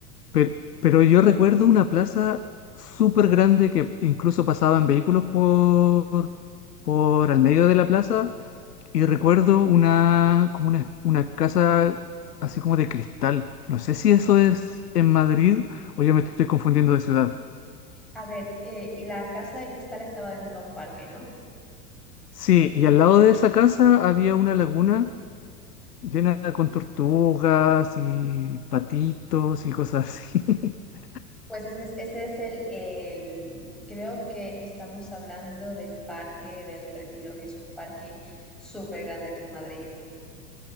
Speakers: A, on the left; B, in the centre.
A: Pero, pero yo recuerdo una plaza súper grande que incluso pasaban vehículos por, por al medio de la plaza y recuerdo una, como una, una casa así como de cristal. No sé si eso es en Madrid o yo me estoy confundiendo de ciudad.
B: A ver, eh, y la Casa de Cristal estaba dentro de un parque, ¿no?
A: Sí, y al lado de esa casa había una laguna llena con tortugas y patitos y cosas así. <laughs>
B: Pues ese es, ese es el, el- creo que estamos hablando del Parque del Retiro, que es un parque súper grande aquí en Madrid,